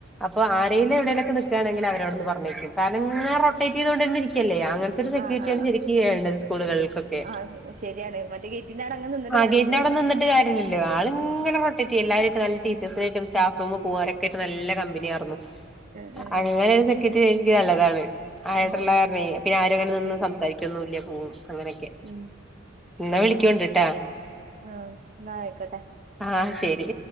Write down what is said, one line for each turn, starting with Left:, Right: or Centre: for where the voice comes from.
Centre: അപ്പൊ
Right: ആഹ്
Centre: ആരേലും
Right: ആഹ് ആഹ് ഉം
Centre: എവിടേലൊക്കെ എക്കയാണെങ്കിൽ അവരവിടുന്ന് പറഞ്ഞേക്കും കാരണം ഇങ്ങനെ റോട്ടേറ്റ് ചെയ്തോണ്ട ഇരിക്കല്ലേ അങ്ങനത്തെ ഒരു സെക്യൂരിറ്റിണ്
Right: ആഹ് ആഹ് ആഹ് ആഹ്
Centre: ശരിക്കു വേണ്ടത് സ്കൂളുകൾക്കൊക്കെ
Right: ഉം ആഹ് ശരിയാണ് മറ്റേ ഗേറ്റിന്റെ അവിടെ അങ്ങനെ നിന്നിട്ട്
Centre: ആ
Right: കാര്യമില്ലല്ലോ
Centre: ഗേറ്റിന അവിടെന്നിട്ട് കാര്യലല്ല ആൾ ഇങ്ങനെ പ്രൊട്ടക്ട് ചെയ്യാം എല്ലാവരു നല്ല ടീച്ചേഴ്സിനായിട്ടും
Right: ഉം
Centre: സ്ഫ <inaudible> കമ്പനിയ ആർന്ന
Right: ഉം ഉം
Centre: അങ്ങനെ
Right: ഉം
Centre: ഒരു സെക്യൂരിറ്റി ചേച്ചിക് എനി നല്ലതാണ് ആയാട്ടള്ള
Right: ഉം ഉം
Centre: കാരനേ അ പിന്നെ ആരും അങ്ങനെ നിന്ന്
Right: ഉം
Centre: സംസാരിക്കൊന്നുംല്ല പോകും അങ്ങനെയൊക്കെ
Right: ഉം
Centre: എന്നാ വിളിക്കോണ്ടിട്ടാ
Right: ആ എന്നാ ആയിക്കോട്ടെ
Centre: ആഹ് ശരി